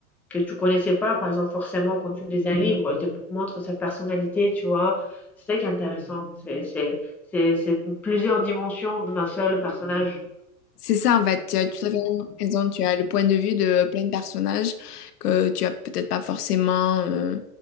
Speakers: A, in the centre; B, on the left.
A: que tu connaissais pas, par exemple, forcément, quand tu lis un livre, il te montre sa personnalité, tu vois. C'est ça qui est intéressant. C'est, c'est, c'est, c'est plusieurs dimensions d'un seul personnage.
B: C'est ça, en fait, tu as tout à fait raison. Tu as le point de vue de plein de personnages que tu as peut-être pas forcément euh,